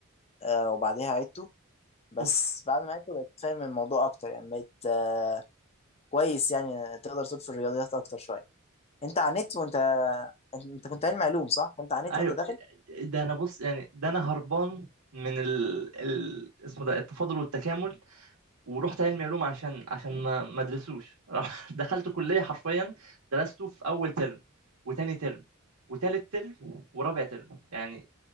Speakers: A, on the left; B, on the right.
A: آه، وبعديها عدته بس
B: اوف
A: بعد ما عدته بقيت فاهم الموضوع أكتر يعني بقيت آه، كويس يعني تقدر تقول في الرياضيات أكتر شوية أنت عانيت وأنت أنت أنت كنت علم علوم صح؟ كنت عانيت
B: ايوه
A: وأنت داخل؟
B: ده انا بص يعني ده انا هربان من ال... ال... اسمه ده التفاضل والتكامل ورحت علمي علوم عشان عشان ما ما ادرسوش <laughs> دخلت كلية حرفيا درسته في أول ترم وتاني ترم وتالت ترم ورابع ترم يعني